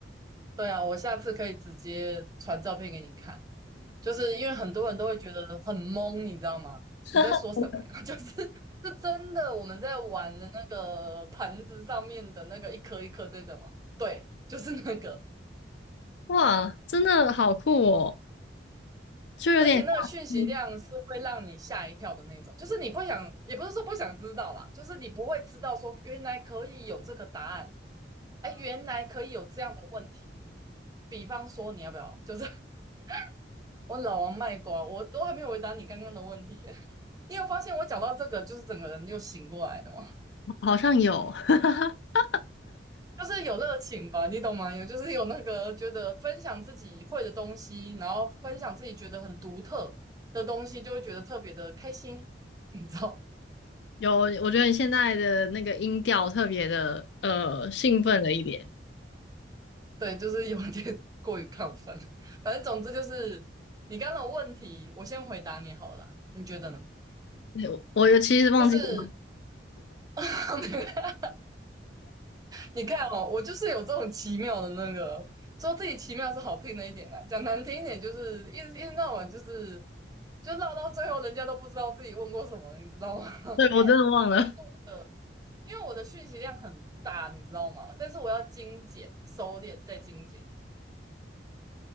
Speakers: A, on the right; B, on the left.
A: 对啊，我下次可以直接传照片给你看。就是因为很多人都会觉得很懵，你知道吗？
B: <laughs>
A: 你在说什么呀？<laughs> 就是是真的我们在玩的那个盘子上面的那个一颗一颗那个吗？对，就是那个，
B: 哇，真的好酷哦，就有点像，
A: 而且那个讯息量是会让你吓一跳的那种，
B: 嗯
A: 就是你不想，也不是说不想知道啦，就是你不会知道说原来可以有这个答案，哎，原来可以有这样的问题。比方说，你要不要？就是 <laughs> 我老王卖瓜，我都还没有回答你刚刚的问题。你有发现我讲到这个，就是整个人又醒过来的吗？
B: 好像有，<laughs>
A: 就是有热情吧，你懂吗？有就是有那个觉得分享自己会的东西，然后分享自己觉得很独特的东西，就会觉得特别的开心，你知道？
B: 有，我觉得你现在的那个音调特别的呃兴奋了一点。
A: 对，就是有点 <laughs> 过于亢奋。反正总之就是你刚刚的问题，我先回答你好了啦你觉得呢？
B: 对我我其实忘记了，
A: 就是 <laughs> 你看哦，我就是有这种奇妙的那个，说自己奇妙是好听的一点的，讲难听一点就是一直一直闹完，就是就闹到最后，人家都不知道自己问过什么了，你知道吗？<laughs> 因为其实我的，
B: 对，我真的忘了。
A: 因为我的讯息量很大，你知道吗？但是我要精简、收敛再精简，